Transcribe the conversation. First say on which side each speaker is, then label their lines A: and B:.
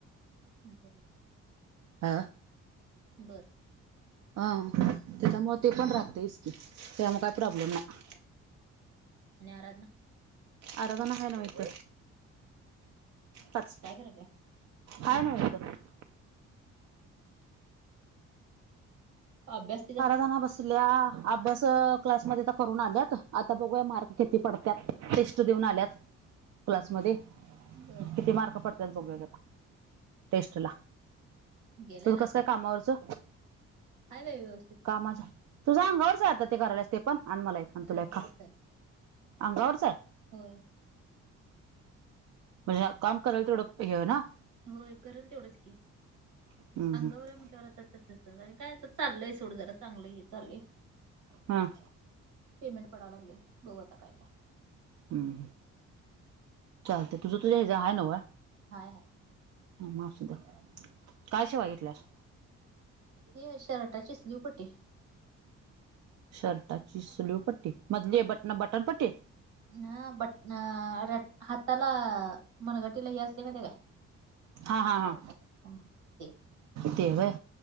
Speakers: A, on the right; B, on the right.
A: ठी बर
B: हा
A: बरं
B: अं त्याच्यामु ते पण राखते इच की त्यामुळे काय प्रॉब्लेम नाही
A: आणि आराधना?
B: आराधना आहे ना व इथ. पाच
A: काय करायलीय?
B: हाय ना व इथ.
A: अभ्यास तिचा
B: आराधना बसल्या अभ्यास क्लासमध्ये आता करून आल्यात आता बघूया मार्क किती पड त्यात टेस्ट देऊन आल्यात क्लासमध्ये
A: बर
B: किती मार्क पडतत बघुया की आता. टेस्ट ला.
A: गेलाय
B: तुझ
A: ना
B: कस
A: चांगला
B: काय कामावरचं?
A: हाय बाय व्यव
B: कामाच तुझा <unintelligible> आता ते करायलास ते पण आणि मला ए
A: होय
B: आणि तुला
A: अंगावरच
B: एक. खा.
A: आहे.
B: अंगावरचय.
A: होय.
B: म्हणजे काम करायला तर तेवढं हि ना.
A: होय करल तेवढंच की.
B: हम्म
A: अंगावर
B: हम्म
A: आहे म्हटल्यावर आता त <unintelligible> काय चालय सोड जरा चांगलं हे चाललय.
B: हां.
A: पेमेंट पडायला लागलय बऊ आता काय- काय?
B: हम्म्. चालतय तुझं तुझ्या ह्याज हाय नव?
A: हाय हाय.
B: हम्म. मग असुद्या. काय शिवाय घेतल्यास?
A: हि व्हय शर्टाची स्लीव पट्टी.
B: शर्टाची स्लीव पट्टी मधली बटन बटन पट्टी?
A: नं बटन आर हाताला मनगटीला हि असते माहिती काय?
B: हा हा
A: शर्टात
B: हा
A: हम्म ते
B: ते व्हय.